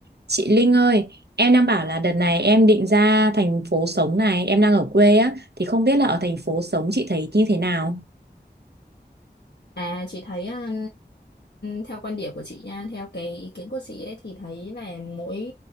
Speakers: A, on the right; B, on the left.
A: Chị Linh ơi, em đang bảo là đợt này em định ra thành phố sống này, em đang ở quê á, thì không biết là ở thành phố sống chị thấy như thế nào?
B: À chị thấy à, theo quan điểm của chị nha, theo cái ý kiến của chị ấy thì thấy là mỗi